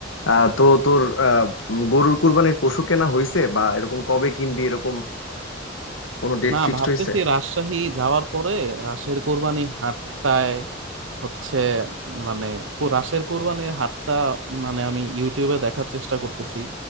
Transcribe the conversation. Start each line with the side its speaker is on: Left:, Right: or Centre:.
Left: আহ, তো তোর আহ, উম, গরুর কুরবানির পশু কেনা হয়েছে বা এরকম কবে কিনবি এরকম কোনো ডেট
Right: না
Left: ফিক্সড
Right: ভাবতেছি
Left: হয়েছে
Right: রাজশাহী যাওয়ার পরে রাজশাহীর কোরবানি হাটটায় হচ্ছে মানে কো- রাজশাহীর কোরবানির হাটটা মানে আমি ইউটিউবে দেখার চেষ্টা করতেছি